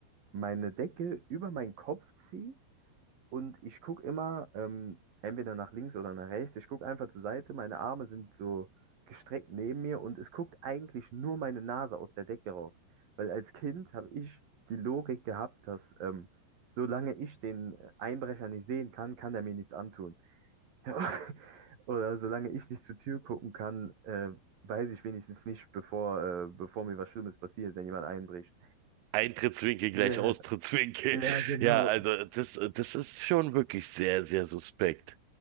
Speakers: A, on the right (about 50°); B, on the right (about 75°).
A: meine Decke über meinen Kopf ziehe und ich gucke immer ähm, entweder nach links oder nach rechts. Ich gucke einfach zur Seite. Meine Arme sind so gestreckt neben mir und es guckt eigentlich nur meine Nase aus der Decke raus. Weil als Kind habe ich die Logik gehabt, dass ähm, solange ich den Einbrecher nicht sehen kann, kann er mir nichts antun. <laughs> Oder solange ich nicht zur Tür gucken kann, äh, weiß ich wenigstens nicht, bevor, äh, bevor mir was Schlimmes passiert, wenn jemand einbricht.
B: Eintrittswinkel gleich
A: Ja,
B: Austrittswinkel.
A: ja,
B: <laughs>
A: genau.
B: Ja, also das, das ist schon wirklich sehr, sehr suspekt.